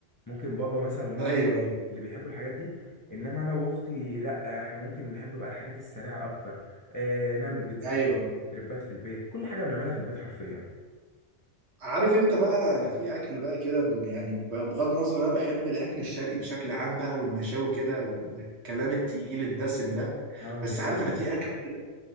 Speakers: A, on the left; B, on the right.
A: ممكن بابا مثلا وماما
B: ايوه ايوه
A: اللي بيحبوا الحاجات دي انما انا واختي لا احنا ممكن نحب بقى الحاجات السريعه اكتر آه نعمل بيتزا
B: ايوه
A: في البيت كريبات في البيت كل حاجه بنعملها في البيت حرفيا
B: عارف انت بقى انا في اكل بقى كده ب- يعني ب- بغض النظر انا بحب الاكل الشرقي بشكل عام بقى والمشاوي كده والكلام التقيل الدسم ده
A: اه
B: بس
A: يا
B: عارف
A: لهوي
B: انا في اكل كده